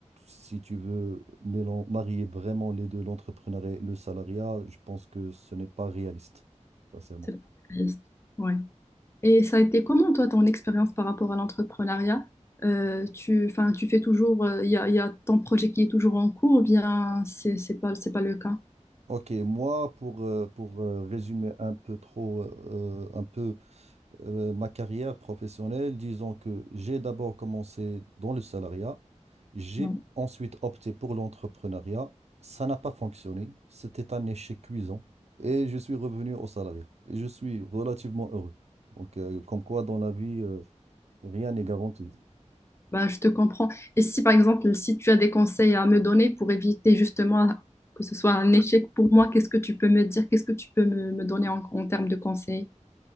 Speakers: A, on the right; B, on the left.
A: si tu veux mélan- marier vraiment les deux, l'entrepreneuriat et le salariat, je pense que ce n'est pas réaliste, sincèrement.
B: C'est pas réaliste. Ouais. Et ça a été comment, toi, ton expérience par rapport à l'entrepreneuriat? Euh, tu, enfin, tu fais toujours, euh, il y a, y a ton projet qui est toujours en cours ou bien c'est c'est pas, c'est pas le cas?
A: Ok, moi, pour, euh, pour euh, résumer un peu trop, euh, un peu euh, ma carrière professionnelle, disons que j'ai d'abord commencé dans le salariat, j'ai
B: Ouais.
A: ensuite opté pour l'entrepreneuriat. Ça n'a pas fonctionné, c'était un échec cuisant et je suis revenu au salariat et je suis relativement heureux. Donc, euh, comme quoi dans la vie, euh, rien n'est garanti.
B: Bah, je te comprends. Et si, par exemple, si tu as des conseils à me donner pour éviter justement que ce soit un échec pour moi, qu'est-ce que tu peux me dire? Qu'est-ce que tu peux me, me donner en, en termes de conseils